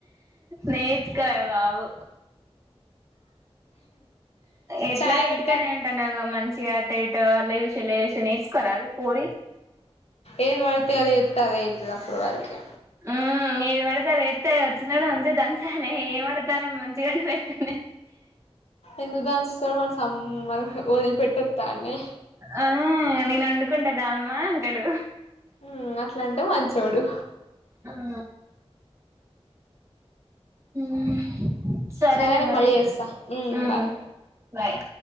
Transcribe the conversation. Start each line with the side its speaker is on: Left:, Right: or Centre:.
Right: నేర్చుకోవే బాబు ఎట్లాగా
Left: చాయ్
Right: ఇంటికాడ్నే
Left: పెట్టంటే
Right: ఉం టన మంచిగ అటో ఇటో అల్ల జూసి ఇళ్లా జూసి నేర్సుకో రాదు పోరి
Left: ఏది వడితే అదే చేత్తే అదే అయితది అప్పుడు వరకి
Right: ఆ ఏది పడతే అది ఏత్తే వచ్చినోడు మంచిగ దంచాలే, ఏం వండుతాన్నవ్ మంచిగన పెట్టుని
Left: ఎందుదాస్తవ్ అని సం వదిలిపెట్టత్తాన్నే
Right: ఆ నేను వండుకుంట దా అమ్మా అంటడు
Left: ఉమ్ అట్లంటే మంచోడు
Right: ఉమ్ ఉమ్ సరేనే
Left: సరే నేను
Right: మరి,
Left: మళ్ళీ చేస్తా
Right: ఉమ్
Left: బాయ్
Right: బాయ్